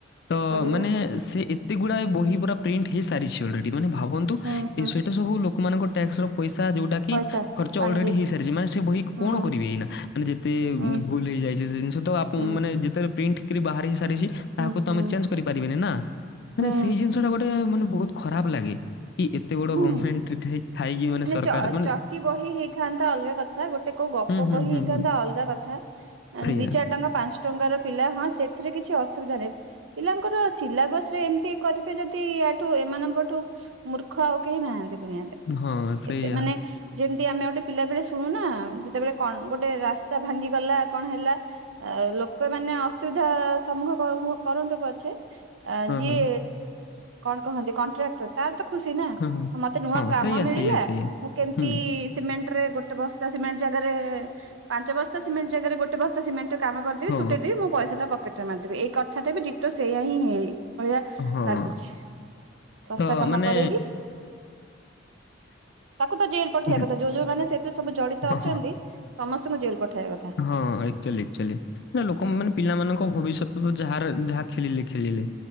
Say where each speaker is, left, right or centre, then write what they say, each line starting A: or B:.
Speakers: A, on the left; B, on the right.
A: ତ
B: କରିବେ
A: ମାନେ ସେ। ଏତେ ଗୁଡା ବହି ପୁରା ପ୍ରିଣ୍ଟ ହେଇସାରିଛି ଅଲରେଡି ମାନେ ଭାବନ୍ତୁ
B: ହୁଁ ହୁଁ
A: ଏ ସେଇଟା ସବୁ ଲୋକମାନଙ୍କ ଟ୍ୟାକ୍ସ ର ପଇସା ଯୋଉଟା କି
B: ପଇସା
A: ଖର୍ଚ୍ଚ
B: ପାଣିରେ
A: ଅଲରେଡି ହେଇସାରିଛି ମାନେ ସେ ବହି
B: ହୁଁ
A: କଣ କରିବେ ଏଇନା ମାନେ ଯେତେ
B: ହୁଁ
A: ଭୁଲ ହେଇଯାଇଛି ସେ ଜିନିଷ ତ
B: ହୁଁ
A: ମାନେ ଯେତେ ବେଳେ ପ୍ରିଣ୍ଟ କିରି ବାହାର ହେ ସାରିଛି ତାହାକୁ
B: ହୁଁ ହୁଁ
A: ତମେ ଚେଞ୍ଜ କରିପାରିବନି ନା ମାନ
B: ହୁଁ
A: ସେଇ ଜିନିଷଟା ଗୋଟେ ମାନେ ବହୁତ୍ ଖରାପ ଲାଗେ କି ଏତେ ବଡ
B: ହୁଁ
A: ଗଭର୍ଣମେଣ୍ଟ ଥାଇକି ମାନେ ସରକାର
B: ଚ
A: ମାନେ
B: ଚଟି ବହି ହେଇଥାନ୍ତା ଅଲଗା କଥା ଗୋଟେ କୋଉ ଗପ
A: ହୁଁ, ହୁଁ,
B: ବହି
A: ହୁଁ,
B: ହେଇଥାନ୍ତା
A: ହୁଁ
B: ଅଲଗା କଥା
A: ସେଇଆ।
B: ଦି ଚାରି ଟଙ୍କା ପାଞ୍ଚ ଟଙ୍କାର ପିଲା ହଁ ସେ ସେଥିରେ କିଛି ଅସୁବିଧା ନାହିଁ ପିଲାଙ୍କର ସିଲାବସ୍ ରେ ଏମିତି କରିବେ ଯଦି ଆଠୁ ଏମାନଙ୍କଠୁ ମୃ ଖ ଆଉ କେହି ନାହାନ୍ତି ଦୁନିଆରେ
A: ହଁ, ସେଇଆ।
B: ଏତେ ମାନେ। ଯେମିତି ଆମେ ଗୋଟେ ପିଲା ବଳେ ଶୁଣୁନା ଯେତେବେଳେ କଣ ଗୋଟେ ରାସ୍ତା ଭାଙ୍ଗିଗଲା କଣ ହେଲା ଆ ଲୋକମାନେ ଅସୁବିଧା ସମ୍ମୁଖ ହୁ କରନ୍ତୁ ପଛେ ଅ
A: ହଁ,
B: ଯିଏ
A: ହଁ,
B: କଣ କହନ୍ତି କଣ୍ଟ୍ରାକ୍ଟର ତାର ତ ଖୁସି ନା
A: ହଁ, ହଁ।
B: ମତେ ନୂଆ
A: ହଁ,
B: କାମ
A: ସେଇଆ,
B: ମିଳିଲା
A: ସେଇଆ, ସେଇଆ।
B: ମୁଁ କେମତି
A: ହୁଁ।
B: ସିମେଣ୍ଟ ରେ ଗୋଟେ ବସ୍ତା ସିମେଣ୍ଟ ଜାଗାରେ ପାଞ୍ଚ ବସ୍ତା ସିମେଣ୍ଟ ଜାଗାରେ ଗୋଟେ ବସ୍ତା ସିମେଣ୍ଟ କାମ କରିଦି
A: ହଁ
B: ତୁଟେଇଦି ମୁଁ ପଇସା ଟା ପକେଟ ରେ ମାରିଦେବି ଏଇ କଥାଟା ବି ଦିିଟ ସେଇା ଆ ହିଁ ହେଇ ଭଳିଆ
A: ହଁ
B: ଲାଗୁଛି ଶସ୍ତା
A: ତ
B: କାମ
A: ମାନେ
B: କରେଇକି ତାକୁ ତ ଜେଲ ପଠେଇବା
A: ଏକ୍
B: କଥା ଯୋଉ ଯୋଉମାନେ ସେଥିରେ ସବୁ ଜଡିତ
A: ହଁ
B: ଅଛନ୍ତି ସମସ୍ତଙ୍କୁ ଜେଲ ପଠେଇବା କଥା
A: ହଁ ଏକ୍ଚୁଆଲି ଏକ୍ଚୁଆଲି ନା ଲୋକ ମାନେ ପିଲାମାନଙ୍କ ଭବିଷ୍ୟତ ଯାହାର ଯାହା ଖେଳିଲେ ଖେଳିଲେ